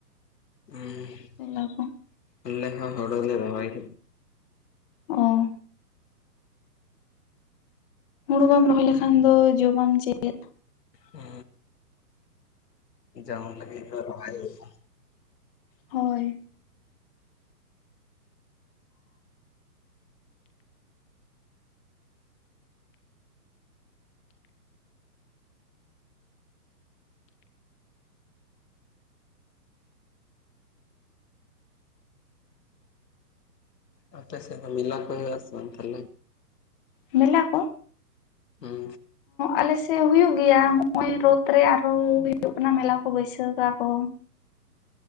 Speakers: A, on the left; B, on the left.
A: ᱦᱚᱸ
B: ᱚᱱᱟ ᱠᱚ
A: ᱟᱞᱮ ᱦᱚ ᱦᱚᱲᱞᱮ ᱨᱚᱦᱚᱭ ᱠ
B: ᱚ ᱦᱩᱲᱩ ᱵᱟᱢ ᱨᱚᱦᱚᱭ ᱞᱮᱠᱷᱟᱱ ᱫᱚ ᱡᱚᱢᱟᱢ ᱪᱮᱫ?
A: ᱚ ᱡᱚᱢ ᱞᱟᱹᱜᱤᱫ ᱫᱚ ᱨᱚᱦᱚᱭ ᱦᱩᱭᱩ ᱟ᱾
B: ᱦᱳᱭ
A: ᱟᱯᱮ ᱥᱮᱫ ᱫᱚ ᱢᱮᱞᱟ ᱠᱚ ᱦᱩᱭᱩ ᱟ ᱥᱮ ᱵᱟᱝ ᱛᱟᱦᱞᱮ?
B: ᱢᱮᱞᱟ ᱠᱩ?
A: ᱦᱩ
B: ᱟᱞᱮᱥᱮᱫ ᱦᱩᱭᱩᱜ ᱜᱮᱭᱟ, ᱦᱚᱜ ᱚᱭ ᱨᱳᱫᱽ ᱨᱮ ᱟᱨᱦᱚ ᱦᱩᱭᱩᱜ ᱠᱟᱱᱟ ᱢᱮᱞᱟ ᱠᱚ ᱵᱟᱹᱭᱥᱟᱹᱠᱟ ᱟᱠᱚ᱾